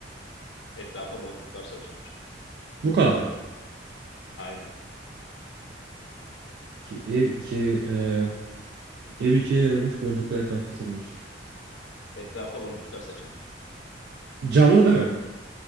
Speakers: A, on the left; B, on the right.
A: Etrafa boncuklar saçılmış.
B: Bu kadar mı?
A: Aynen.
B: İki, ev ikiye e, ev ikiye yarılmış boncuklar etrafı sarılmış.
A: Etrafa boncuklar saçılmış.
B: Canlı değil mi?